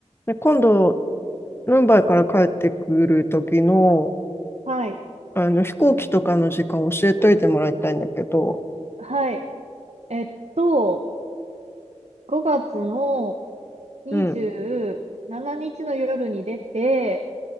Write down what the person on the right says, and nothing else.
はい。
はい。えっと、5月の27日の夜に出て、